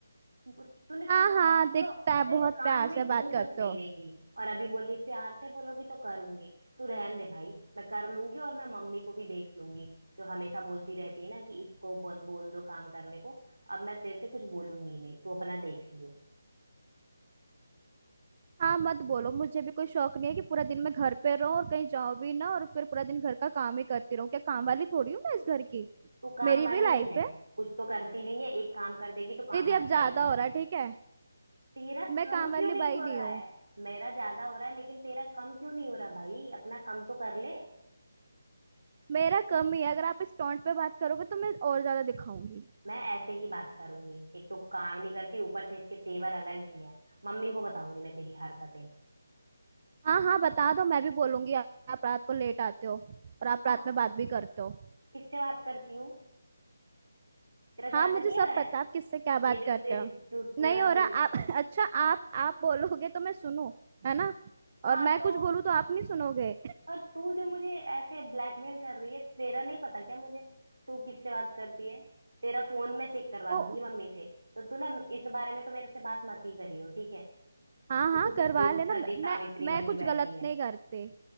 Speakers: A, on the right (about 85°); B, on the right (about 35°).
A: तूने सुना
B: हाँ हाँ
A: तो छोड़ो
B: दिखता है
A: तेरे
B: बहुत
A: कान
B: प्यार
A: में
B: से बात
A: जू
B: करते
A: तक नहीं
B: हो
A: रहेंगी और अभी बोली प्यार से बोलोगी तो करूंगी तू रहन दे भाई मैं कर लूंगी और मैं मम्मी को भी देख लूंगी जो हमेशा बोलती रहती है ना कि इसको बोल बोल दो काम करने को अब मैं तेरे से कुछ बोलूंगी नहीं तू अपना देख लियो
B: हाँ मत बोलो मुझे भी कोई शौक नहीं है कि पूरा दिन मैं घर पे रहूं और कहीं जाऊं भी ना और फिर पूरा दिन घर का काम ही करती रहूं क्या काम वाली थोड़ी हूँ मैं इस घर की
A: तू काम
B: मेरी
A: वाली
B: भी लाइफ
A: ही है
B: है
A: कुछ तो करती नहीं है एक काम कर देगी तो काम
B: दीदी
A: वाली
B: अब ज्यादा
A: बाई समझ
B: हो रहा
A: लेगी
B: है ठीक है
A: तेरा
B: मैं
A: कम
B: काम वाली
A: क्यों नहीं
B: बाई
A: हो
B: नहीं
A: रहा
B: हूँ
A: है मेरा ज्यादा हो रहा है लेकिन तेरा कम क्यों नहीं हो रहा भाई अपना कम तो कर ले
B: मेरा कम ही है अगर आप इस टोंट पे बात करोगे तो मैं और ज्यादा दिखाऊंगी
A: मैं ऐसे ही बात करूंगी एक तो काम नहीं करती ऊपर से इसके तेवर अलग ही हैं मम्मी को बताऊंगी मैं तेरी हरकतें
B: हाँ हाँ बता दो मैं भी बोलूंगी आप रात को लेट आते हो और आप
A: हाँ
B: रात में बात भी करते हो
A: किससे बात करती हूँ तेरा ज्यादा
B: हाँ मुझे
A: नहीं
B: सब
A: हो रहा
B: पता
A: है
B: आप किससे क्या बात
A: ये जो
B: करते
A: ते-
B: हो
A: तू
B: नहीं
A: पूरा
B: हो रहा
A: दिन
B: आप <laughs> अच्छा आप आप बोलोगे तो मैं सुनूं है ना और
A: हाँ
B: मैं
A: तो
B: कुछ बोलूं तो आप नहीं सुनोगे
A: और तू जो मुझे ऐसे ब्लैकमेल कर रही है तेरा नहीं पता क्या मुझे तू किससे बात करती है तेरा फोन मैं चेक करवा
B: ओ
A: दूंगी मम्मी से तो तू ना इस बारे में तो मेरे से बात मत ही करियो ठीक है
B: हाँ
A: तो
B: हाँ
A: तू
B: करवा
A: खुद
B: लेना
A: सती
B: मैं
A: सावित्री
B: मैं मैं
A: बनी
B: कुछ
A: बैठी
B: गलत
A: है
B: नहीं करते